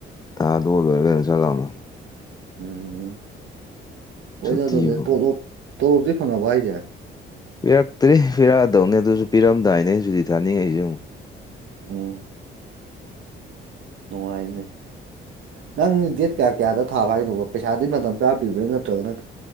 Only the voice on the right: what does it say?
ꯎꯝ ꯀꯣꯏꯅꯗꯕꯅꯦ
ꯇꯣꯂꯣꯞ ꯇꯣꯂꯣꯞꯇꯤ ꯐꯪꯉꯕ ꯍꯥꯏꯁꯦ
ꯑꯣ ꯅꯨꯡꯉꯥꯏꯅꯤ ꯅꯪ ꯗꯦꯠ ꯀꯌꯥ ꯀꯌꯥꯗ ꯊꯥꯕ ꯍꯥꯏꯅꯣꯕ ꯄꯩꯁꯥꯗꯤ ꯃꯇꯝ ꯀꯌꯥ ꯄꯤꯕ꯭ꯔꯥ ꯅꯠꯇ꯭ꯔꯒꯅ